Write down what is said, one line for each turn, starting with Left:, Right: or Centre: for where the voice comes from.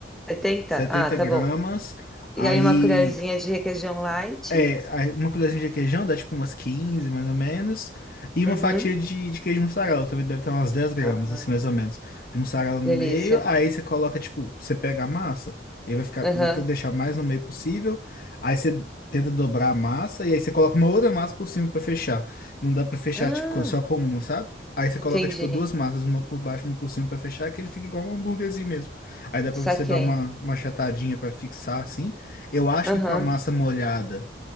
Centre: Setenta?
Left: setenta
Centre: Ah, tá
Left: gramas.
Centre: bom.
Left: Aí
Centre: E aí uma colherzinha de requeijão light.
Left: É, aí uma colherzinha de requeijão dá tipo umas 15 mais ou menos. E uma
Centre: Uhum.
Left: fatia de, de queijo mussarela, também deve ter umas dez gramas,
Centre: Ah,
Left: assim, mais ou menos. De mussarela no
Centre: delícia.
Left: meio, aí você coloca, tipo, você pega a massa, aí vai ficar,
Centre: Aham.
Left: tenta deixar mais no meio possível. Aí você tenta dobrar a massa, e aí você coloca uma outra massa por cima pra fechar. Não dá pra fechar,
Centre: Ah,
Left: tipo, co- só com uma, sabe? Aí você
Centre: entendi.
Left: coloca, tipo, duas massas, uma por baixo e uma por cima pra fechar, que ele fica igual um hambúrguerzinho mesmo. Aí dá pra você
Centre: Saquei.
Left: dar uma, uma achatadinha pra fixar, assim. Eu acho
Centre: Aham,
Left: que com a massa molhada